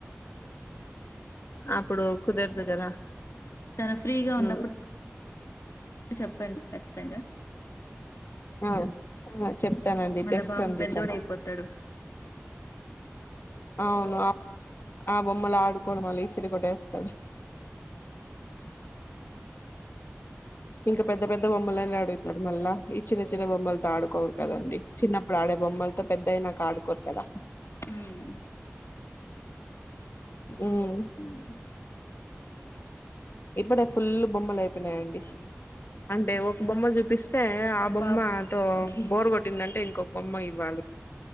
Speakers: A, on the left (about 50°); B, on the left (about 75°).
A: అప్పుడు కుదరదు కదా
B: తను ఫ్రీగా
A: హ్మ్.
B: ఉన్నప్పుడు చెప్పండి ఖచ్చితంగా
A: ఆ చెప్తానండి
B: మళ్ళా
A: తెస్తుంది
B: బాబు పెద్దోడు
A: తను
B: అయిపోతాడు
A: అవును ఆ బొమ్మలు ఆడుకోడు మళ్ళీ ఇసిరికట్టేస్తాడు ఇంకా పెద్ద పెద్ద బొమ్మలని అడుగుతాడు మళ్ళా ఇచ్చిన చిన్న చిన్న బొమ్మలతో ఆడుకోరు కదండి చిన్నప్పుడు ఆడే బొమ్మలతో పెద్ద అయి నాకు ఆడుకోరు కదా
B: హమ్
A: అమ్
B: ఉమ్
A: ఇప్పుడే ఫుల్ బొమ్మలు అయిపోయినాయండి అంటే ఒక బొమ్మలు చూ అయితే ఆ బొమ్మతో
B: బాబు ఓకే
A: బోరు కొట్టిందంటే ఇంకొక బొమ్మ ఇవ్వాలి